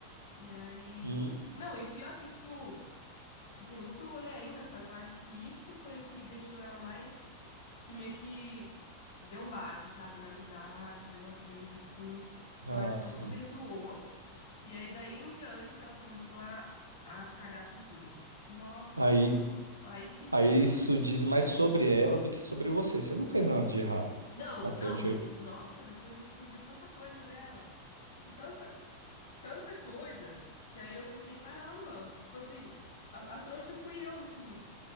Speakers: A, on the left; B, on the right.
A: E aí.
B: Uhum.
A: Não, e pior que, tipo, tem muito rolê ainda, só que eu acho que isso foi o que deixou ela mais. Que meio que deu um baque, sabe? Na amizade, deu uma treta, assim, que
B: Ah,
A: eu acho que
B: sim.
A: ela não perdoou. E aí, daí em diante, ela começou a, a cagar com tudo. Nossa,
B: Aí,
A: começou. Aí que.
B: aí isso diz mais sobre ela do que sobre você. Você não fez nada de errado.
A: Não,
B: Até
A: não,
B: onde
A: de-
B: eu.
A: nossa, depois explodiu tanta coisa dela. Tipo, tanta, tanta coisa, que aí eu fiquei, caramba. Tipo assim, a, a trouxa fui eu no fim.